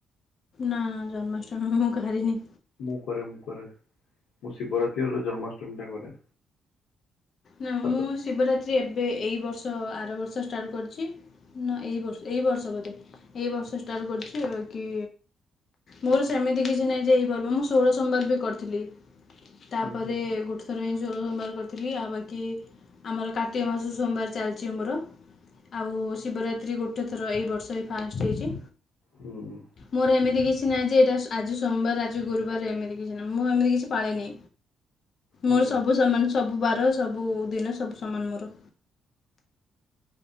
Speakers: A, on the left (about 50°); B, on the left (about 80°).
A: ନା ଜନ୍ମାଷ୍ଟମୀ ମୁଁ କରିନି।
B: ମୁଁ କରେ ମୁଁ କରେ, ମୁଁ ଶିବରାତ୍ରି ଆଉ ଜନ୍ମାଷ୍ଟମୀ ଟା କରେ।
A: ନା
B: ସାତ
A: ମୁଁ ଶିବରାତ୍ରି ଏବେ ଏଇ ବର୍ଷ ଆର ବର୍ଷ ଷ୍ଟାର୍ଟ କର୍ ଛି। ନା ଏଇ ବର୍ଷ ଏଇ ବର୍ଷ ବୋଧେ, ଏଇ ବର୍ଷ ଷ୍ଟାର୍ଟ କରିଛି। ଏ ବାକି ମୋର ସେମିତି କିଛି ନାହିଁ ଯେ ଏଇ ପର୍ବ, ମୁଁ ଷୋଳ ସୋମବାର ବି କରିଥିଲି। ତାପରେ
B: ହୁଁ ହୁଁ
A: ଗୋଟ୍ ଥର ଏଇ ଷୋଳ ସୋମବାର କରିଥିଲି। ଆଉ ବାକ୍ କି ଆମର କାର୍ତ୍ତିକ ମାସ ସୋମବାର ଚାଲିଛି ଆମର। ଆଉ ଶିବରାତ୍ରି ଗୋଟେ ଥର ଏଇ ବର୍ଷ ଏ ଫାଷ୍ଟ ହେଇଛି।
B: ହୁଁ -ହୁଁ।
A: ମୋର ଏମିତି କିଛି ନାହିଁ ଯେ ଏଇଟା ଆଜି ସୋମବାର ଆଜି ଗୁରୁବାର ଏମିତି କିଛି ନାହିଁ, ମୁଁ ଏମିତି କିଛି ପାଳେନି।
B: ହୁଁ
A: ମୋର ସବୁ ସମାନ୍ ସବୁ ବାର ସବୁ ଦିନ ସବୁ ସମାନ ମୋର।